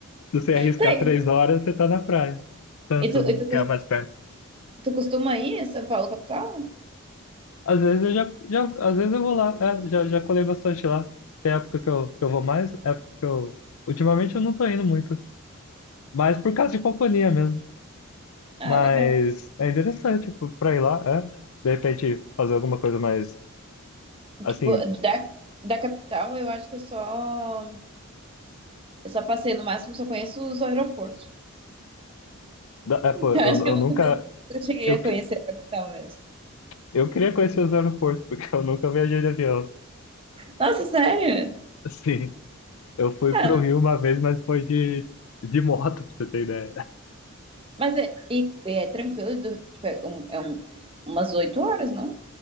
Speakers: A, on the left (about 75°); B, on the right (about 25°).
A: Se você arriscar
B: Tá, aí
A: três horas, você tá na praia. Tanto,
B: e tu,
A: né?
B: e tu
A: Que é mais perto.
B: Tu costuma ir a São Paulo, capital?
A: Às vezes eu já, já às vezes eu vou lá, é, já, já colei bastante lá. Tem época que eu, que eu vou mais, época que eu. Ultimamente eu não tô indo muito. Mas por causa de companhia mesmo.
B: Ah,
A: Mas
B: legal.
A: é interessante pô, pra ir lá, é. De repente fazer alguma coisa mais assim.
B: Tipo, da, da capital, eu acho que eu só. Eu só passei, no máximo, só conheço os aeroportos.
A: da-
B: <laughs>
A: É, pô, eu,
B: Eu acho que
A: eu
B: eu nunca
A: nunca.
B: des- eu cheguei
A: Eu,
B: a
A: que-
B: conhecer a capital mesmo.
A: eu queria conhecer os aeroportos, <laughs> porque eu nunca viajei de avião.
B: Nossa, sério?
A: Assim, eu fui
B: Ah,
A: pro Rio uma vez, mas foi de, de moto, <laughs> pra você ter ideia.
B: mas é, e- é tranquilo, do- tipo, é, um, é um- umas oito horas, não?